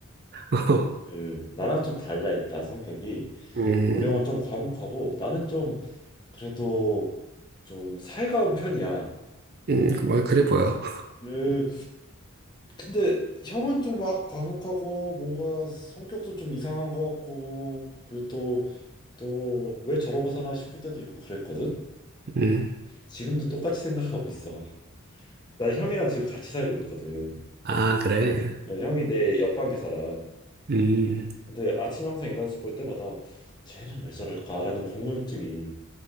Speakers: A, on the right; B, on the left.
A: <laughs>
B: 그 나랑 좀 달라 일단 성격이
A: 음,
B: 우리 형은 좀 과묵하고 나는 좀 그래도 좀 살가운 편이야.
A: 음, 그- 뭐 그래 보여.
B: 그 근데 형은 좀 막 과묵하고 뭔가 성격도 좀 이상한 것 같고 그리고 또 또 왜 저러고 사나 싶을 때도 있고 그랬거든.
A: 음,
B: 지금도 똑같이 생각하고 있어. 나 형이랑 지금 같이 살고 있거든.
A: 아, 그래.
B: 나 형이 내 옆방에 살아.
A: 음.
B: 근데 아침 항상 일어나서 볼 때마다 쟤는 왜 저럴까라는 궁금증이